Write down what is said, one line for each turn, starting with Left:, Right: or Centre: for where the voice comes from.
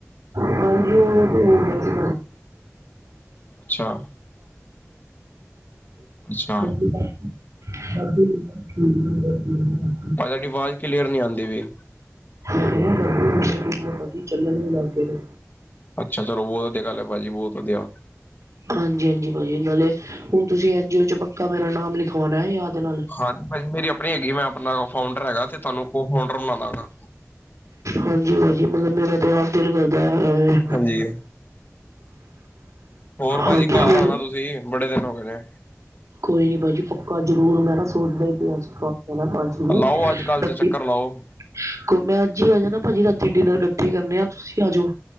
Right: ਹਾਂਜੀ ਉ ਤੇ ਹੋ ਗਿਆ ਸੀ
Left: ਅੱਛਾ ਅੱਛਾ
Right: <unintelligible> <unintelligible> ਦਾਦੀ ਵੀ ਸਬ ਠੀਕ ਨੇ ਹੁਣ ਵਧੀਆ।
Left: ਭਾਜੀ ਤੁਹਾਡੀ ਆਵਾਜ਼ ਕਲੀਅਰ ਨੀ ਆਂਦੀ ਵੀ।
Right: ਮੈਂ ਕੈ ਰੇਆ ਦਾਦੀ ਹੁਣ ਤਾਂ ਠੀਕ ਨੇ ਭਾਜੀ ਹੁਣ ਤੇ ਚੱਲਣ ਵੀ ਲੱਗ ਗਏ ਨੇ।
Left: ਅੱਛਾ ਚਲੋ ਬੋਤ ਵਧੀਆ ਗਲ ਏ ਭਾਜੀ, ਬੋਤ ਵਧੀਆ।
Right: ਹਾਂਜੀ ਹਾਂਜੀ ਭਾਜੀ ਨਾਲੇ ਹੁਣ ਤੁਸੀਂ ਐਨ ਜੀ ਓ ਚ ਪੱਕਾ ਮੇਰਾ ਨਾਮ ਲਿਖਵਾਣਾ ਯਾਦ ਨਾਲ
Left: ਹਾਂਜੀ ਭਾਅਜੀ ਮੇਰੀ ਆਪਣੀ ਹੈਗੀ, ਮੈਂ ਆਪਣਾ ਫਾਊਂਡਰ ਹੈਗਾ ਤੇ ਤੁਹਾਨੂੰ ਕੋ ਫਾਊਂਡਰ ਬਣਾ ਦਾਂਗਾ।
Right: ਹਾਂਜੀ ਭਾਜੀ ਮਤਲਬ ਮੇਰਾ ਤਾਂ ਆਪ ਦਿਲ ਕਰਦਾ ਏ ਐਵੇਂ
Left: ਹਾਂਜੀ ਹੋਰ ਭਾਜੀ
Right: ਹਾਂਜੀ
Left: ਘਰ
Right: ਹੋਰ
Left: ਆਣਾ ਤੁਸੀਂ ਬੜੇ ਦਿਨ ਹੋ ਗਏ ਨੇ।
Right: ਕੋਈ ਨੀ ਭਾਜੀ ਪੱਕਾ ਜ਼ਰੂਰ ਮੈਂ ਨਾ ਸੋਚਦਾ ਈ ਪਿਆਸੀ। ਜਾਣਾ ਏ ਭਾਜੀ ਵਲ
Left: ਲਾਓ ਅੱਜ ਕੱਲ੍ਹ 'ਚ ਚੱਕਰ ਲਾਓ।
Right: <inaudible> ਕਹੋ ਮੈਂ ਅੱਜ ਹੀ ਆ ਜਾਣਾ ਭਾਜੀ ਰਾਤੀ ਡਿਨਰ ਇਕੱਠੇ ਕਰਨੇ ਆ ਤੁਸੀਂ ਆ ਜਾਓ